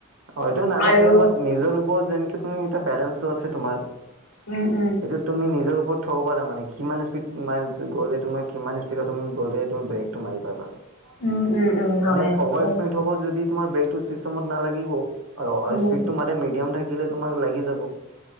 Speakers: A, on the right (about 80°); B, on the left (about 85°).
A: অ এইটো নালাগে
B: আৰু
A: বাট নিজৰ ওপৰত যেনেকে তুমি এ বেলেঞ্চটো আছে তোমাৰ <unintelligible>
B: উম-উম। <unintelligible>
A: এইটো তুমি নিজৰ ওপৰত থ'ব পাৰা মানে কিমান স্পীড <unintelligible> গ'লে তোমাৰ কিমান স্পীডত তুমি গ'লে তুমি ব্ৰেক <inaudible> <unintelligible> মাৰি পাবা।
B: উম,
A: <inaudible>
B: উম, উম, হয়
A: মানে
B: হয়
A: অভাৰ
B: সেনেকুৱা
A: স্পীড হ'ব যদি তোমাৰ ব্ৰেকটো চিষ্টেমত নালাগিব। <unintelligible> অ
B: উম।
A: স্পীডটো মানে মিডিয়াম থাকিলে তোমাক লাগি যাব। <unintelligible>